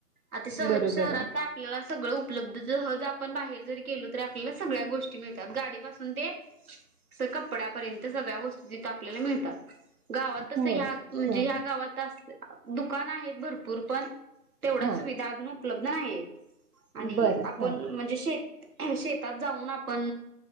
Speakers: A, on the right; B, on the right.
A: आता श
B: बरोबर
A: शहरात
B: आहे
A: आपल्याला सगळं उपलब्धहज आपण बाहेर जर केलो तर आपल्याला सगळ्या गोष्टी मीळतात गाडी पासून ते कपड्यापर्यंत सगळ्या वस्तू तिथे आपल्याला मिळत. गावात तस
B: होय
A: ह्या म्हणजे
B: हा
A: ह्या गावात अ दुकान आहेत भरपूर पण तेवढा
B: हा
A: सुविधा अजून उपलब्ध नाही आणि
B: बरं
A: आपण
B: हा
A: म्हणजे शेती शेतात जाऊन आपण